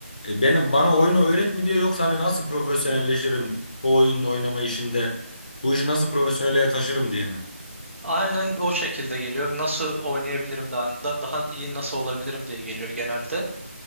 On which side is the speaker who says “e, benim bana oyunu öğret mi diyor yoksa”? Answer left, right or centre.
Left